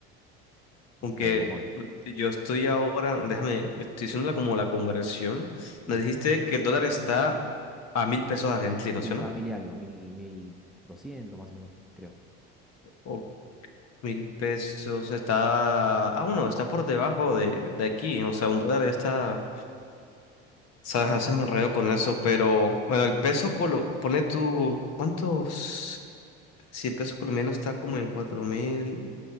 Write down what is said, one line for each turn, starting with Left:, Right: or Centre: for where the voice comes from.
Centre: Un
Left: Aunque
Centre: Problemón.
Left: yo estoy ahora, déjame, estoy haciéndola como la conversión.
Centre: Ujú.
Left: Me dijiste que el dólar está a mil pesos argentinos,
Centre: Sí,
Left: ¿sí
Centre: está
Left: o no?
Centre: mil y algo, mil, mil doscientos más o menos, creo.
Left: O mil pesos está... Ah, bueno, está por debajo de, de aquí. O sea, un dólar ya está... Sabes, haces me enredo con eso, pero... Bueno, el peso colo... Pone tú... ¿Cuántos...? Si el peso colombiano está como en cuatro mil...